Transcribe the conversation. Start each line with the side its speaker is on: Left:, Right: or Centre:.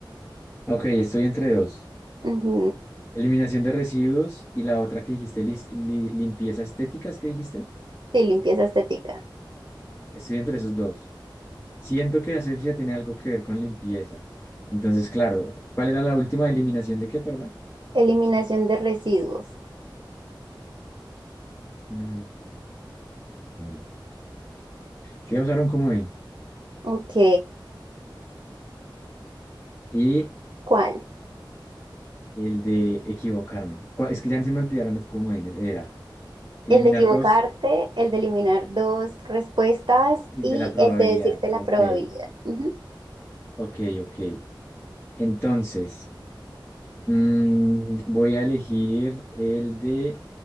Left: Ok, estoy entre dos.
Right: Ujú.
Left: Eliminación de residuos y la otra que dijiste, lis- li- limpieza estética, ¿es que dijiste?
Right: Sí, limpieza estética.
Left: Estoy entre esos dos. Siento que asepsia tiene algo que ver con limpieza. Entonces, claro, ¿cuál era la última eliminación de qué, perdón?
Right: Eliminación de residuos.
Left: Mm, <laughs> Yo Voy a usar un comodín
Right: Ok,
Left: y
Right: ¿cuál?
Left: el de equivocarme. Cu- Es que ya se me olvidaron los comodines. Era eliminar
Right: El de equivocarte,
Left: dos
Right: el de eliminar dos respuestas
Left: y
Right: y
Left: el de la probabilidad.
Right: el de decirte la
Left: Ok,
Right: probabilidad. Ujú,
Left: ok, ok. Entonces, mm, voy a elegir el de